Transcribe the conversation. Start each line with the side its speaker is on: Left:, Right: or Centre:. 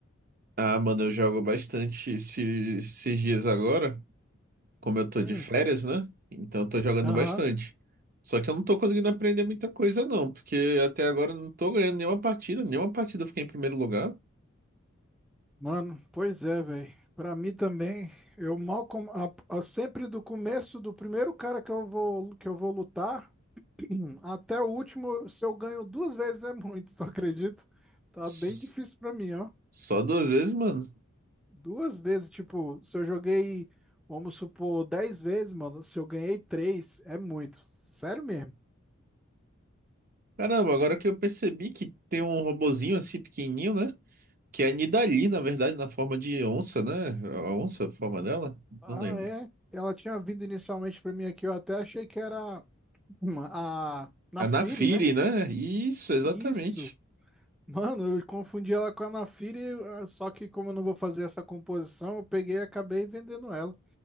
Right: Ah, mano, eu jogo bastante esse- esses dias agora. Como eu tô
Centre: Hum.
Right: de férias, né? Então eu tô jogando
Centre: Aham.
Right: bastante. Só que eu não tô conseguindo aprender muita coisa, não, porque até agora eu não tô ganhando nenhuma partida, nenhuma partida eu fiquei em primeiro lugar.
Centre: Mano, pois é, velho. Pra mim também, eu mal com... a- a- sempre do começo do primeiro cara que eu vou que eu vou lutar <clears throat> até o último, se eu ganho duas vezes é muito, <laughs> tu acredita? Tá
Right: S-
Centre: bem difícil pra mim, ó.
Right: Só duas vezes, mano.
Centre: Duas vezes, tipo, se eu joguei, vamos supor, dez vezes, mano, se eu ganhei três, é muito. Sério mesmo.
Right: Caramba, agora que eu percebi que tem um robozinho assim pequenininho, né? Que é a Nidalee, na verdade, na forma de onça, né? A onça, a forma dela?
Centre: Ah,
Right: Não lembro.
Centre: é. Ela tinha vindo inicialmente pra mim aqui, eu até achei que era <clears throat> uma- a na
Right: A
Centre: Firi,
Right: Naafiri,
Centre: né?
Right: né? Isso, exatamente.
Centre: Isso. Mano, eu confundi ela com a Anafira, e, ah, só que como eu não vou fazer essa composição, eu peguei e acabei vendendo ela.